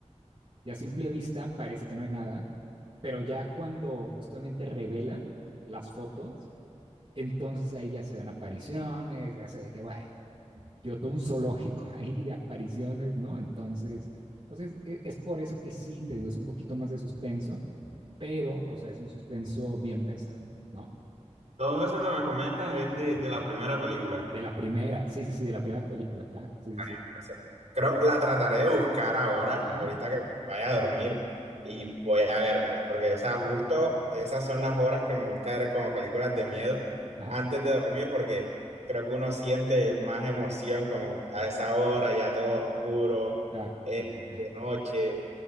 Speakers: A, on the right (about 45°); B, on the right (about 65°).
A: ya a simple vista parece que no hay nada, pero ya cuando justamente revelan las fotos, entonces ahí ya se dan apariciones, ya se ve que, bueno, tío, todo un zoológico <laughs> ahí de apariciones, ¿no? Entonces, o sea, es, es por eso que sí, te digo, es un poquito más de suspenso, pero, o sea, es un suspenso bien pensado, ¿no?
B: Todo eso que me comentas es de, de la primera película.
A: De la primera, sí, sí, sí, de la primera película, claro, sí, sí, sí,
B: Entonces, creo la trataré de buscar ahora,
A: ajá,
B: ahorita que vaya a dormir y voy a vérmela, porque o sea, justo esas son las horas que me gusta ver como películas de miedo
A: ajá,
B: antes de dormir, porque creo que uno siente más emoción como a esa hora, ya todo oscuro,
A: claro,
B: eh,
A: sí, sí, sí, ajá,
B: de noche,